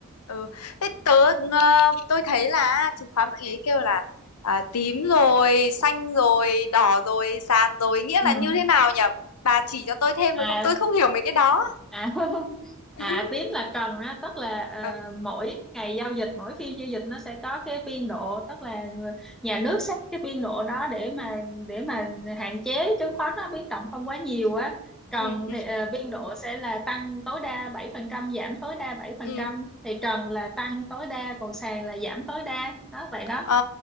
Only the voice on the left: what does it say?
ừ thế tớ ờ, tôi thấy là chứng khoán mọi người ấy kêu là à, tím rồi xanh rồi đỏ rồi sàn rồi nghĩa
là như thế nào nhỉ bà chỉ cho tôi thêm
được không tôi không hiểu mấy cái đó
<laughs>
ừ
ừ ừ
ừ.
ờ